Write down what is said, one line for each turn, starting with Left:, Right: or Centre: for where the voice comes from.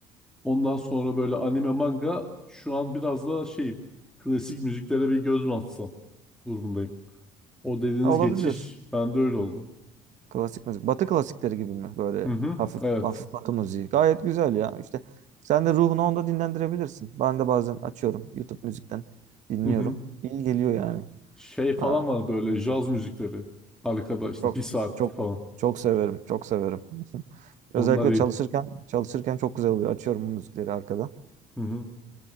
Centre: Ondan sonra böyle anime manga şu an biraz da şeyim klasik müziklere bir göz mü atsam durumundayım. O dediğiniz
Right: Ha, olabilir.
Centre: geçiş bende öyle oldu.
Right: Klasik müzik. Batı klasikleri gibi mi? Böyle
Centre: Hı hı.
Right: hafif
Centre: Evet.
Right: hafif batı müziği. Gayet güzel ya. İşte sen de ruhunu onda dinlendirebilirsin. Ben de bazen açıyorum YouTube müzikten dinliyorum.
Centre: Hı hı.
Right: İyi geliyor yani.
Centre: Şey falan
Right: Ha,
Centre: var böyle jaz müzikleri. Arkada işte
Right: çok
Centre: bir saat
Right: çok
Centre: falan.
Right: çok severim. Çok severim. <laughs>
Centre: Onlar
Right: Özellikle
Centre: iyi.
Right: çalışırken çalışırken çok güzel oluyor. Açıyorum bu müzikleri arkada.
Centre: Hı hı.